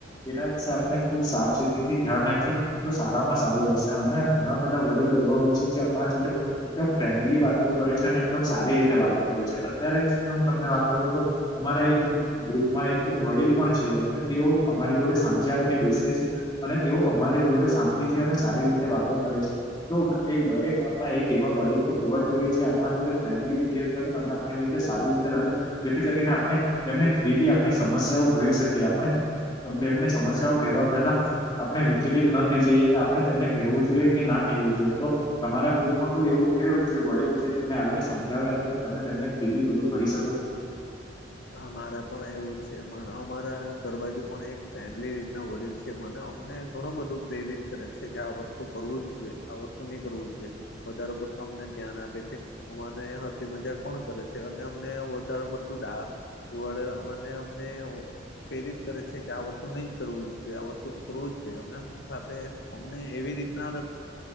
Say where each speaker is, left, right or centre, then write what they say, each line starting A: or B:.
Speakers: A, on the left (about 25°); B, on the left (about 60°).
A: તેના વિશે આપણે ખુબ સાવચેતીથી ધ્યાન રાખીએ તો સારામાં સારું રહેશે અને ઘણા બધા વડીલો એવા હોય છે જે આપણા જોડે એકદમ ફ્રેન્ડલી વાતો કરે છે અને એકદમ સારી રીતે વાતો કરે છે અત્યારે હું તમને વાત કરું તો અમારા એક ગ્રુપમાં એક વડીલ પણ છે અને તેઓ અમારી જોડે સાંજે આવીને બેસે છે અને તેઓ અમારી જોડે શાંતિ છે અને સારી રીતે વાતો કરે છે તો એક દરેક ગામમાં એક કેવા વડીલ તો હોવા જ જોઈએ આપણા જોડે ફ્રેન્ડલી બિવ કરે અને આપ રીતે સારી રીતે રહે જેથી કરીને આપણે એને ફ્રીલી આપણી સમસ્યાઓ કહી શકીએ આપણે તમ એમને સમસ્યાઓ કેહેવા પહેલા આપણે વિચરિત ના થઈ જઈએ કે આપણે તેમને કેવું જોઈએ કે ના કેહેવું જોઈએ તો તમારા ગ્રુપ કોઈ એવું છે જે વડીલ છે તમને આવીને સમજાવે અને તમેને ફ્રીલી બધું કહી શકો
B: હા મારા પણ એવું જ છે અમારા ઘર બાાજુ પણ એક ફેમલી રીતના વડીલ છે મને અમને ઘણું બધું પ્રેરિત કરે છે કે આ વસ્તુ કરવું જ જોઈએ આ વસ્તુ નહી કરવું જોઈએ વધારે પડતા અમને ધ્યાન આપે છે અને હસી મજાક પણ કરે છે અને અમને વધાર પડતું વડે અને અમને પ્રેરિત કરે છે કે આ વસ્તુ નહી કરવું જોઈએ આ વસ્તુ કરવું જ જોઈએ એમ સાથે અમને એવી રીતના